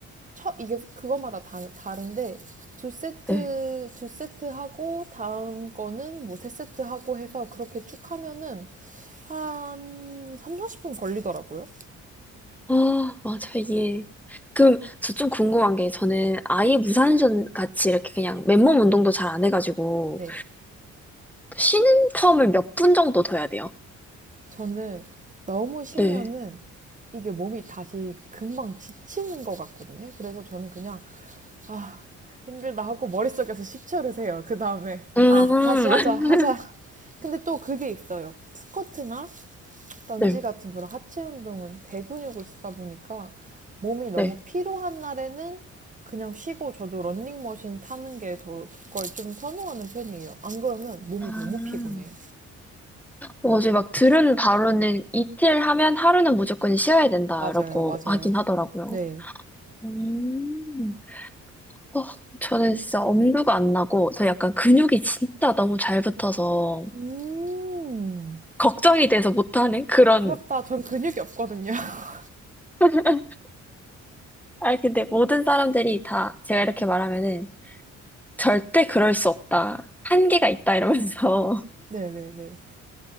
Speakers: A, on the right (about 25°); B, in the centre.
A: 첫 이게 그것마다 다, 다른데 두 세트
B: 네.
A: 두 세트 하고 다음 거는 뭐 세 세트 하고 해서 그렇게 쭉 하면은 한 3, 40분 걸리더라고요.
B: 아, 맞아, 이게. 그럼 저 좀 궁금한 게 저는 아예 무산전 같이 이렇게 그냥 맨몸 운동도 잘 안 해가지고
A: 네.
B: 쉬는 텀을 몇 분 정도 둬야 돼요?
A: 저는 너무 쉬면은
B: 네.
A: 이게 몸이 다시 금방 지치는 것 같거든요. 그래서 저는 그냥 아, 힘들다 하고 머릿속에서 10초를 세요. 그 다음에,
B: 음,
A: 아, 다시 하자, 하자.
B: <laughs>
A: 근데 또 그게 있어요. 스쿼트나 런지
B: 네,
A: 같은 그런 하체 운동은 대근육을 쓰다 보니까 몸이 너무
B: 네.
A: 피로한 날에는 그냥 쉬고 저도 런닝머신 타는 게 더 걸 좀 선호하는 편이에요. 안 그러면 몸이
B: 아,
A: 너무 피곤해요.
B: 어제 막 들은 바로는 이틀 하면 하루는 무조건 쉬어야 된다,
A: 맞아요,
B: 라고
A: 맞아요.
B: 하긴 하더라고요.
A: 네.
B: 음. 어, 저는 진짜 엄두가 안 나고, 저 약간 근육이 진짜 너무 잘 붙어서,
A: 음,
B: 걱정이 돼서 못하는 그런.
A: 부럽다. 전 근육이 없거든요. <laughs>
B: <laughs> 아, 근데 모든 사람들이 다 제가 이렇게 말하면은, 절대 그럴 수 없다. 한계가 있다, 이러면서.
A: 네네네.